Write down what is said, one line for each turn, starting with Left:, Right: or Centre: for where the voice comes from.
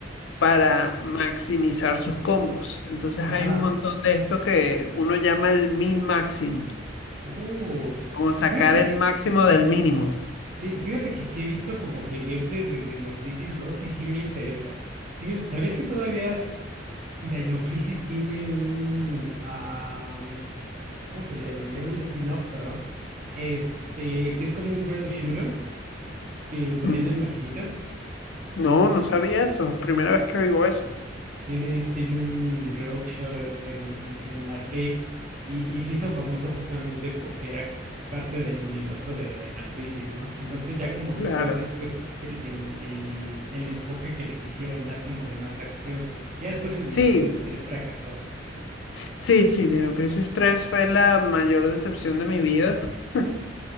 Left: para maximizar sus combos. Entonces
Right: ajá.
Left: hay un montón de esto que uno llama el min-maxing,
Right: Uh.
Left: como sacar
Right: Fíjate
Left: el
Right: que
Left: máximo del mínimo.
Right: sí, fíjate que sí he visto como que gameplay de Dino Crisis dos y sí me interesa. Sí me- ¿Sabías que todavía Dino Crisis tiene un ah, ¿cómo se le denomina? Un spin-off, perdón. Este, que es como un rail shooter que ponían
Left: Mm,
Right: en maquinitas.
Left: No, no sabía eso. Primera vez que oigo eso.
Right: Tiene, tiene un rail shooter en, en, en arcade y, y se hizo famoso justamente porque era como parte del universo de Dino Crisis, ¿no? Entonces ya como
Left: Claro.
Right: que fue después el, el, el, el enfoque que le quisieron dar como de más acción. Ya después en Dino
Left: Sí,
Right: Crisis 3 fracasó.
Left: sí, sí, Dino Crisis 3 fue la mayor decepción de mi vida. <laughs>